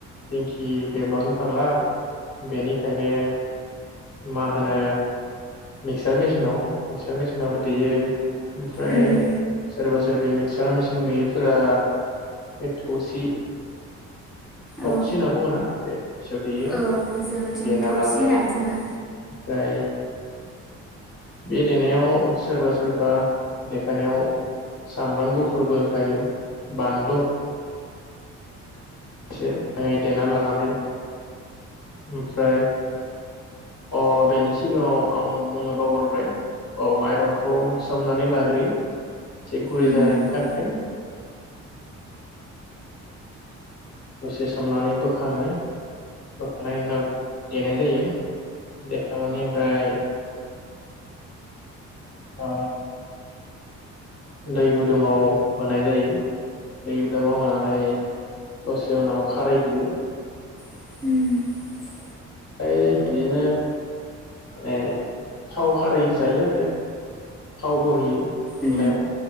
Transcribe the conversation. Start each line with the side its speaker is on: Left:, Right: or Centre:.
Left: दिंखि देबां थांला बेनिखायनो मा होनो मिक्सार मेसिनाव मिक्चार मेसिनावबो दैयो। ओमफ्राय
Centre: उम
Left: सोरबा सोरबि मिक्सार मेसि न गैयिफोरा एथौसि। थबसि
Centre: औ
Left: होनना बुङोना? बे थबसि आव देयो
Centre: औ जोंथिं
Left: देना
Centre: थौसि
Left: लानानै।
Centre: होननानै बुङो
Left: ओफ्राय बे देनायाव सोरबा सोरबा देफानायाव सामब्राम गुफुरबो होफायो बानलु एसेङै देना लानानै ओमफ्राय अ बेनि सिगाङाव आं बुंनो बावगरोबबाय अ माइरंखौ सोमनानै लाग्रोयो एसे गुरै
Centre: उम
Left: जानायनि थाखाय। दसे सोमनानै बोखाङो बोखांनायनि उनाव देनाय जायो। देखांनानै ओमफ्राय ओ दै गुदुंआव होनाय जायो दै गुदुंआव होनानै दसे उनाव खारै हैयो।
Centre: <inaudible>
Left: ओमफ्राय बिदिनो माने थाव खारै जायो आरो थाव बो होयो। अनलायाव।
Centre: उम